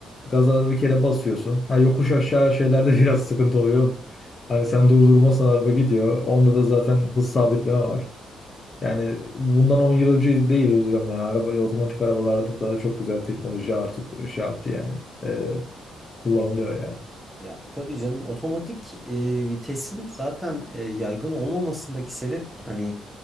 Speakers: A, on the left; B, in the centre.
A: gaza bir kere basıyorsun. Ha yokuş aşağı şeylerde <laughs> biraz sıkıntı oluyor. Hani sen durdurmazsan araba gidiyor. Onda da zaten hız sabitleme var. Yani bundan 10 yıl önce değil üzülüyorum yani. Araba, otomatik arabalarda da çok güzel teknoloji artık şey yaptı yani. Ee, kullanılıyor yani.
B: Ya tabii canım otomatik e, vitesin zaten e, yaygın olmamasındaki sebep hani